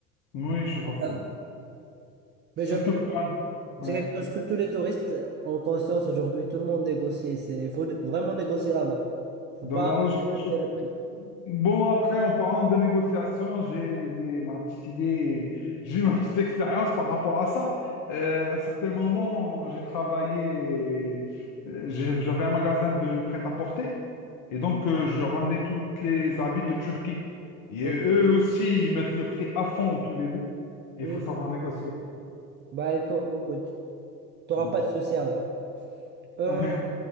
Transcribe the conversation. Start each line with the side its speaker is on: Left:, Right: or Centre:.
Left: Oui,
Right: Mais
Left: je vois ça.
Right: euh, mais
Left: Surtout
Right: je pense que
Left: pour... un- Ouais.
Right: c'est quelque chose que tous les touristes ont conscience aujourd'hui. Tout le monde négocie. C'est, il faut vraiment négocier là-bas. faut
Left: Dans
Right: pas
Left: la logique des
Right: accepter
Left: choses.
Right: le prix.
Left: Bon, après, en parlant de négociation, j'ai j'ai ma petite idée, j'ai eu ma petite expérience par rapport à ça. Euh, à un certain moment, j'ai travaillé, euh, j'ai- j'avais un magasin de prêt-à-porter, et donc euh, je ramenais toutes les habits de Turquie. Et
Right: Ok.
Left: euh, eux aussi, ils mettent le prix à fond au tout début,
Right: Mhm.
Left: et il faut savoir négocier, quoi.
Right: Bah éco- écoute, t'auras
Left: Mm.
Right: pas de souci alors. Euh,
Left: Ouais,